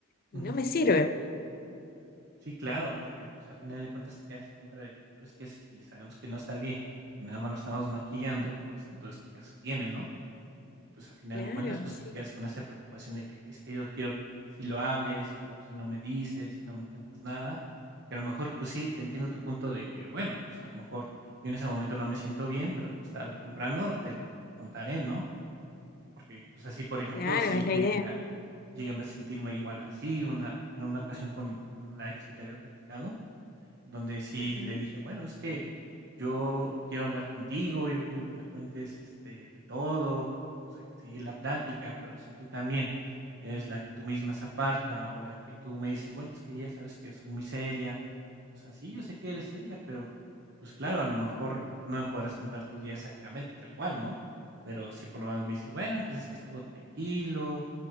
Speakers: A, on the left; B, on the right.
A: y
B: Ujú.
A: no me sirve.
B: Sí, claro, porque pues al final de cuentas te quedas así con cara de que, pero es que si sabemos que no está bien y nada más lo estamos maquillando, pues entonces, ¿qué caso tiene, no? Y pues, a final
A: Claro,
B: de cuentas, pues,
A: sí,
B: tú te quedas con esa preocupación de que es que yo quiero que si lo hables, pero si no me dices, si no me cuentas nada, que a lo mejor, pues sí, te entiendo tu punto de que, bueno, pues, a lo mejor yo en ese momento no me siento bien, pero, pues, tarde o temprano te lo contaré, ¿no? Porque, pues, así, por ejemplo,
A: claro,
B: sí
A: es la
B: llegué
A: idea.
B: a llegué a sentirme igual así, una en una ocasión con la ex que te había platicado donde sí
A: Ujú,
B: le dije, bueno, es que yo quiero hablar contigo, yo quiero que me cuentes este, de todo, o sea, que seguir la plática, pero si tú también es la que tú misma se aparta o la que tú me dices, bueno, es que ya sabes que yo soy muy seria, o sea, sí, yo sé que eres seria, pero pues claro, a lo mejor no me podrás contar tu día exactamente tal cual, ¿no? Pero si por lo menos
A: ujú.
B: me dices, bueno, pues es que estuvo tranquilo,